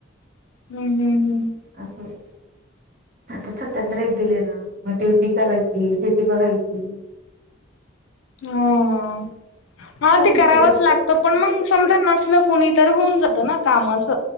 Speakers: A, on the left (about 75°); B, on the right (about 45°).
A: हम्म हम् हम्!
B: अस आता सत्या ब्रेक दिलेला मग ड्युटी करायची शेती बघायची. ची.
A: हा! हा ते
B: तितकं
A: करावच
B: तितकं
A: लागतं पण मग समजा नसल कुणी तर होऊन जातं ना कामा आस